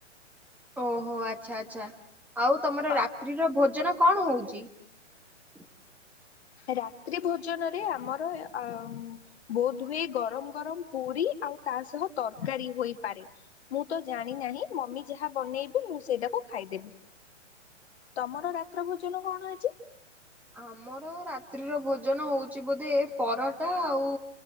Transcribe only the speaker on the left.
ହଁ
ରାତ୍ରି ଭୋଜନରେ ଆମର ଅ ବୋଧହୁଏ ଗରମ ଗରମ ପୁରି ଆଉ ତା ସହ ତରକାରୀ ହୋଇପାରେ। ମୁଁ ତ ଜାଣି ନାହିଁ ମମି ଯାହା ବନେଇବେ ମୁଁ ସେଇଟାକୁ ଖାଇଦେବି। ତମର ରାତ୍ର ଭୋଜନ କଣ ଆଜି?